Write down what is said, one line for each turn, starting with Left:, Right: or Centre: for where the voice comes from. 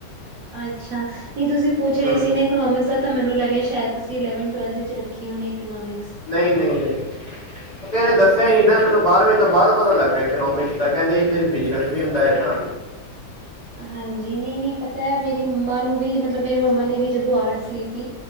Right: ਅੱਛਾ ਨਹੀਂ ਤੁਸੀਂ ਪੁੱਛ ਰਹੇ
Left: ਹੂੰ
Right: ਸੀ ਨਾ ਇਕੋਨੋਮਿਕਸ ਦਾ ਤਾਂ ਮੈਨੂੰ ਲੱਗਿਆ ਸ਼ਾਇਦ ਤੁਸੀਂਲੈਵਨਥ ਟਵਲਥ ਚ ਰੱਖ ਹੋਣੀ ਇਕੋਨੋਮਿਕਸ
Left: ਨਹੀਂ ਨਹੀਂ ਨਹੀਂ। ਓ ਕਿਸੇ ਨੇ ਦੱਸਿਆ
Right: ਓਕੇ,
Left: ਹੀ ਨੀ ਨਾ ਮੈਨੂੰ
Right: ਓਕੇ
Left: ਬਾਰਵੀਂ ਤੋਂ ਬਾਅਦ ਪਤਾ ਲੱਗਾ। ਇਕੋਨੋਮਿਕਸ ਦਾ ਕਹਿੰਦੇ ਇਥੇ ਬਿਜਨਸ ਵੀ ਹੁੰਦਾ ਇਦਾਂ।
Right: ਹਾਂਜੀ ਨਈਂ-ਨਈਂ ਪਤਾ ਮੇਰੇ ਮੰਮਾ ਨੂੰ ਵੀ ਮਤਲਬ ਮੇਰੇ ਮੰਮਾ ਨੇ ਵੀ ਜਦੋਂ ਆਰਟਸ ਲਈ ਸੀ